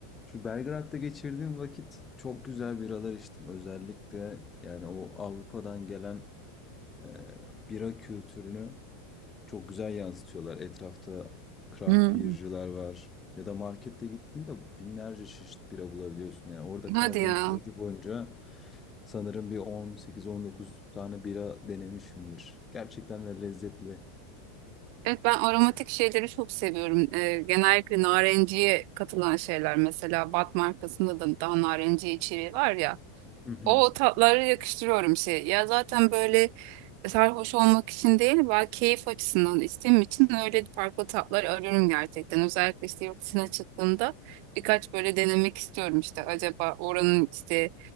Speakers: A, on the left; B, on the right.
A: Şu Belgrad'da geçirdiğim vakit çok güzel biralar içtim. Özellikle yani o Avrupa'dan gelen e, bira kültürünü çok güzel yansıtıyorlar. Etrafta craft
B: Hı.
A: beer'cılar var. Ya da markette gittiğinde binlerce çeşit bira bulabiliyorsun. Yani orada kaldığım
B: Hadi ya.
A: süreci boyunca sanırım bir 18-19 tane bira denemişimdir. Gerçekten de lezzetli.
B: Evet ben aromatik şeyleri çok seviyorum. Ee, genellikle narenciye katılan şeyler mesela Bat markasında da daha narenciye içeriği var ya.
A: Hı hı.
B: O tatları yakıştırıyorum şey. Ya zaten böyle sarhoş olmak için değil, ben keyif açısından içtiğim için öyle farklı tatlar arıyorum gerçekten. Özellikle işte yurt dışına çıktığımda birkaç böyle denemek istiyorum işte. Acaba oranın işte